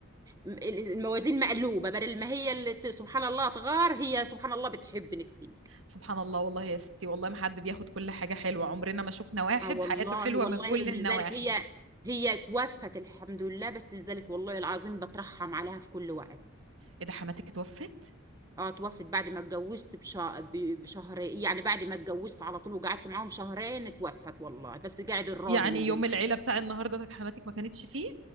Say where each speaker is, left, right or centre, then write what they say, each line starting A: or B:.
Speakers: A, on the right (about 15°); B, on the right (about 75°).
A: الموازين مقلوبه بدل ما هي اللي ت- سبحان الله تغار هي سبحان الله بتحبني كتير
B: سبحان الله والله يا ستي والله ما حد بياخد كل حاجة حلوة عمرنا ما شفنا واحد
A: اه والله
B: حياته حلوة
A: والله
B: من كل
A: ولذلك
B: النواحي
A: هي هي توفت الحمد لله بس لذلك والله العظيم بترحم عليها في كل وقت
B: ايه ده حماتك اتوفت
A: اه توفت بعد ما اتجوزت بشا... ب- بشهر يعني بعد ما اتجوزت على طول وقعدت معاهم شهرين توفت والله بس قاعد الراجل
B: يعني
A: اللي
B: يوم العيله بتاع النهارده ده حماتك ما كانتش فيه